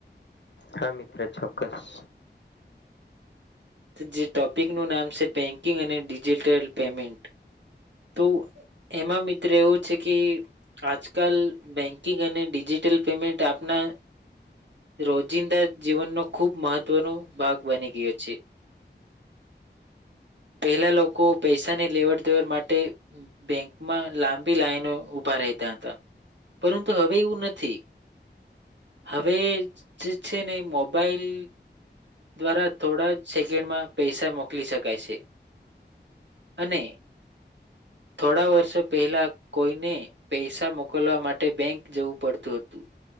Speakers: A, on the left; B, on the right.
A: હા મિત્ર ચોક્કસ.
B: જે ટોપિકનું નામ છે બેંકિંગ અને ડિજિટલ પેમેન્ટ. તો એમાં મિત્ર એવું છે કે આજકાલ બેંકિંગ અને ડિજિટલ પેમેન્ટ આપના રોજિંદા જીવનનો ખૂબ મહત્વનો ભાગ બની ગયો છે પહેલા લોકો પૈસાની લેવડ દેવડ માટે બેંકમાં લાંબી લાઈનો ઉઊભા રહેતા હતા પરંતુ હવે એવું નથી હવે છેને મોબાઈલ દ્વારા થોડા સેકન્ડમાં પૈસા મોકલી શકાય છે અને થોડા વર્ષો પહેલા કોઈને પૈસા મોકલવા માટે બેંક જવું પડતું હતું